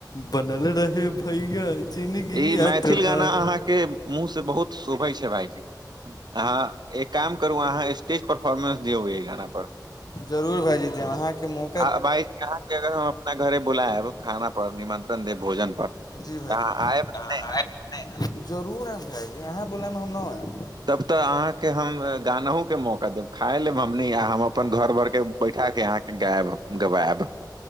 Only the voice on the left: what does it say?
बनल रहे भैया जिंदगी
या
तोहार
जरूर भायजी जे अहाँ के मुँह
जरूर
जी
भाइजी
आहाँ
एबै जरूर आइब भाइजी अहाँ बुलाइम हम न आइब